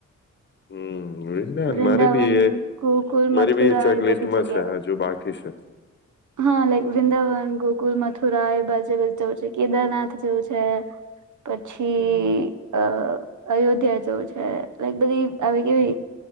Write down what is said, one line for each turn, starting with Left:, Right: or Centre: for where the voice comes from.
Left: હમ ના
Right: વૃંદાવન
Left: મારે બી એ
Right: ગોકુલ
Left: મારી
Right: મથુરા
Left: બી ચેક
Right: એ
Left: લિસ્ટમાં
Right: બધી જગ્યાએ
Left: છે. હજુ બાકી છે
Right: હા, લાઈક વૃંદાવન ગોકુલ મથુરા એ બજ જેવું છે કેદારનાથ જેવું છે. પછી
Left: હમ
Right: અ અયોધ્યા જવું છે, લક બધી આવી કેવી